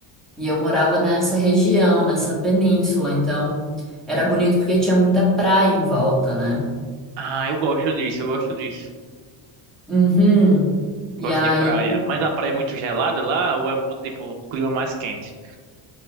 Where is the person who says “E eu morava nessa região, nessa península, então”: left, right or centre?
Centre